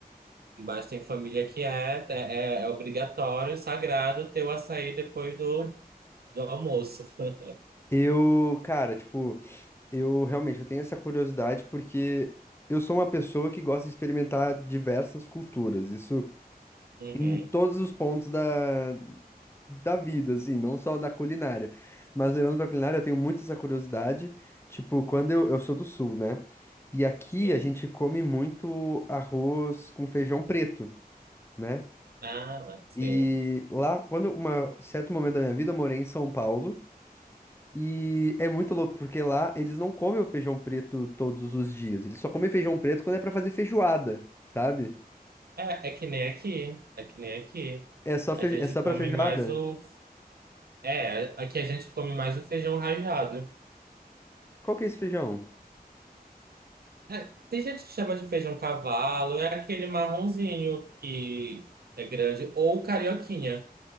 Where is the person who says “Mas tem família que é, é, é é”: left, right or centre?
Right